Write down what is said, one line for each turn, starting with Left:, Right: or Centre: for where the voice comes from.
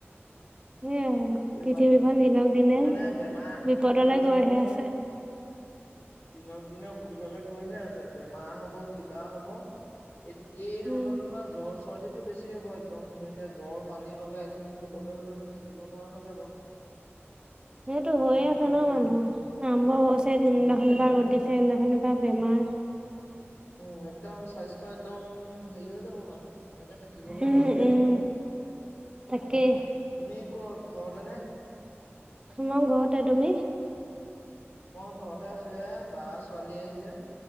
Right: সেই
Left: কি
Right: পৃথিৱীখন
Left: বাকী-
Right: দিনক দিনে
Left: মানে বেমাৰ-
Right: বিপদলৈ
Left: কি হৈছে
Right: গৈহে
Left: মানে হৈছে
Right: আছে
Left: জানা দিনক দিনে অসুবিধালে গৈহে আছে। বেমাৰ হ'ব, কিবা হ'ব। এইটো- এই
Right: উম
Left: ৰ'দত তোমাৰ জ্বৰ চৰ্দিটো বেছি হ'ব একদম ধুনীয়াকে। জ্বৰ, পানীলগা এইখিনি হবলৈ হ'লেতো থাকিব নোৱাৰা হৈ যাব। <unintelligible>
Right: সেইটো
Left: একদম
Right: হৈয়ে আছে
Left: গোটেই
Right: ন' মানুহৰ। আৰম্ভ হৈছে যোনদিনাখনৰ
Left: উম একদম
Right: পৰা ৰ'দ দিছে, সেইদিনাখনি পৰা বেমাৰ উম।
Left: উম, একদম স্বাস্থ্য একদম হেৰি যাব মানুহ। এনেকে থাকিবলৈ
Right: উম
Left: অসুবিধা
Right: উম
Left: হব।
Right: তাকেই
Left: তুমি ক'ত? ঘৰতে নে?
Right: মই ঘৰতে। তুমি?
Left: মই ঘৰতে আছোঁ। এ বাৰ ছোৱালী আহিছে।